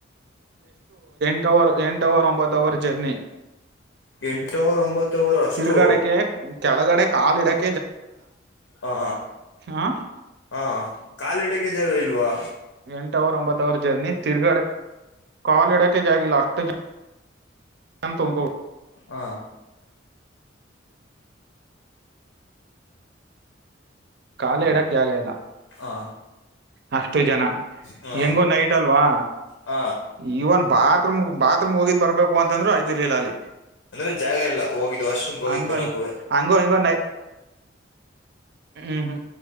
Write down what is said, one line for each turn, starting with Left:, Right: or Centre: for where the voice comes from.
Right: ರ್ ಎಂಟ ಅವರ್ ಒಂಬತ್ತು ಅವರ್ ಜರ್ನಿ
Left: ಎಂಟವರ್ ಒಂಬತ್ತವರ್ ಅಷ್ಟು
Right: ತಿರ್ಗಾಡಕ್ಕೆ ಕೆಳಗಡೆ ಕಾಲಿಡಕ್ಕೆ
Left: ಹಾ
Right: ಹ
Left: ಹಾ ಕಾಲಿಡಕ್ಕೆ ಜಗ ಇಲ್ವಾ
Right: ಎಂಟ ಅವರ್ ಒಂಬತ್ ಅವರ್ ಜರ್ನಿ ತಿರ್ಗಾಡ ಕಾಲು ಇಡೋಕ್ಕೆ ಜಾಗಿಲ್ಲ ಅಷ್ಟು ಜ ನ್ ತುಂಬಕೋಂಡು
Left: ಹಾ
Right: ಕಾಲ ಎಡಕ್ ಜಾಗ ಇಲ್ಲ
Left: ಹಾ
Right: ಅಷ್ಟು ಜನ
Left: ಹಾ
Right: ಹೆಂಗು ನೈಟ್ ಅಲ್ವಾ
Left: ಹ
Right: ಈವನ್ ಬಾ ಬಾತ್ರೂಂ ಬಾತ್ರೂಂ ಹೋಗಿ ಬರ್ಬೇಕು ಅಂತಂದ್ರರು ಆಯ್ತಿರ್ಲಿಲ್ಲ ಅಲ್ಲಿ
Left: ಅಂದ್ರೆ ಜಾಗ ಇಲ್ಲ ಹೋಗಿದ್ ವಾಶ್ರೂಮ್ಗೆ ಹೋಗಿದ್
Right: ಹಂಗ
Left: ಬರಕುವೆ
Right: ಹಂಗ ಹಿಂಗ ಹ್ಮ್ ಹ್ಮ್